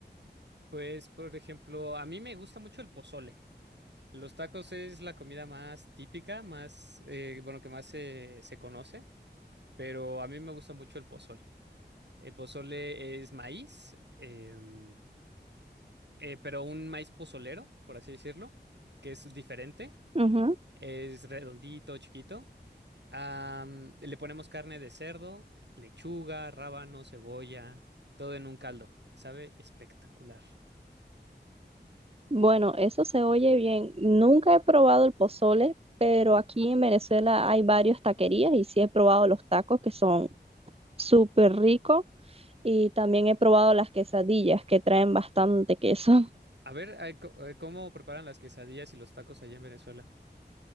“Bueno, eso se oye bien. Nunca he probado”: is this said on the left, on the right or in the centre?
Right